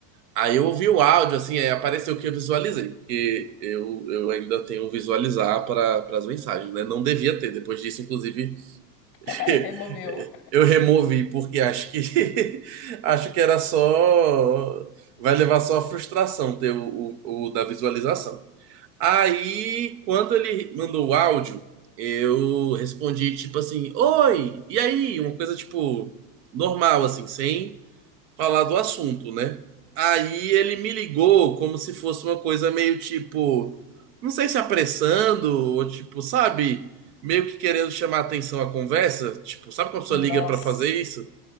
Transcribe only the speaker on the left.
<laughs>
Removeu.
Nossa,